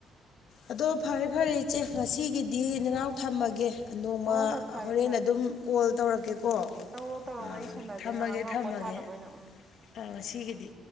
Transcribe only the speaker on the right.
ꯍꯣꯏ ꯍꯣꯏ ꯐꯔꯦ
ꯐꯔꯦ
ꯇꯧꯔꯣ ꯇꯧꯔꯣ
ꯋꯥꯔꯤ ꯁꯥꯟꯅꯁꯦ
ꯉꯥꯏꯍꯥꯛ ꯉꯥꯏꯍꯥꯛ
ꯄꯣꯠꯊꯥꯅꯕ ꯑꯣꯏꯅ ꯎꯝ